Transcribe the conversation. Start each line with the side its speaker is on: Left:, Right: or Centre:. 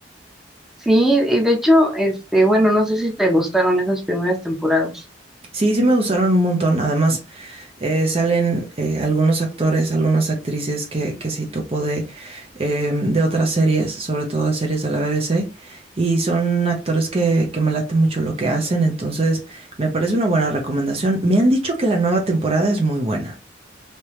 Centre: Sí, y de hecho, este, bueno, no sé si te gustaron esas primeras temporadas.
Right: Sí, sí me gustaron un montón. Además, eh, salen eh, algunos actores, algunas actrices que, que sí topo de, eh, de otras series, sobre todo de series de la BBC, y son actores que, que me late mucho lo que hacen, entonces me parece una buena recomendación. Me han dicho que la nueva temporada es muy buena.